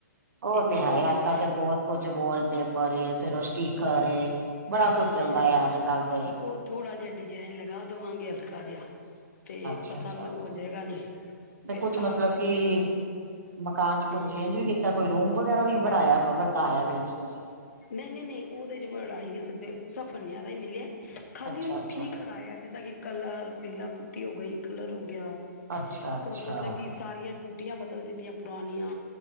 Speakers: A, on the right (about 65°); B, on the left (about 55°).
A: ਉ
B: ਇੰਨੇ
A: ਤੇ ਹੈ,
B: ਵਧੀਆ
A: ਅਜ
B: ਵਧੀਆ
A: ਕਲ ਤੇ ਬਹੁਤ ਕੁਛ ਵਾਲਪੇਪਰ ਏ, ਫੇਰ ਉ ਸਟੀਕਰ ਏ। ਬੜਾ
B: ਹਾਂ
A: ਕੁੱਝ ਚੱਲਦਾ ਆ, ਅੱਜ- ਕੱਲ ਤੇ-
B: ਉਹ ਥੋੜਾ ਜਿਹਾ ਡਿਜਾਇਨ ਲਗਾ ਦੇਵਾਗੇ ਹਲਕਾ ਜਿਹਾ, ਤੇ
A: ਅੱਛਾ-ਅੱਛਾ
B: ਪਤਾ ਹੋ ਜਾਏਗਾ ਨੀ-
A: ਤੇ
B: ਫੇਰ
A: ਕੁਛ
B: ਤਾਂ
A: ਮਤਲਬ
B: ਕਰਕੇ
A: ਕਿ ਮਕਾਨ 'ਚ ਕੁਛ
B: ਹਾਂ
A: ਚੇਨ- ਕੀ ਕੀਤਾ ਕੋਈ ਰੂਮ ਵਗੈਰਾ ਵੀ ਬਣਾਇਆ ਵਰਤਾਇਆ ਵਿਚ ਤੁਸੀ।
B: ਨਹੀ- ਨਹੀਂ, ਨਹੀ ਉਹਦੇ 'ਚ ਬਣਾ ਹੀ ਨਹੀ ਸਕਦੇ ਸਭ ਬੰਨਿਆਂ ਵੇ ਮਿਲਿਆ ਖਾਲੀ
A: ਅੱਛਾ-ਅੱਛਾ,
B: ਉਹਨੂੰ ਠੀਕ ਕਰਾਇਆ ਜਿਸ ਤ ਕਿ- ਕਲਰ, ਬਿੱਲਾ ਪੁਟੀ ਹੋ ਗਈ, ਕਲਰ ਹੋ ਗਿਆ,
A: ਅੱਛਾ-ਅੱਛਾ।
B: ਹੋਰ ਮਤਲਬ ਕਿ ਸਾਰੀਆਂ- ਟੂਟੀਆਂ ਬਦਲ ਦਿਤੀਆਂ ਪੁਰਾਣੀਆਂ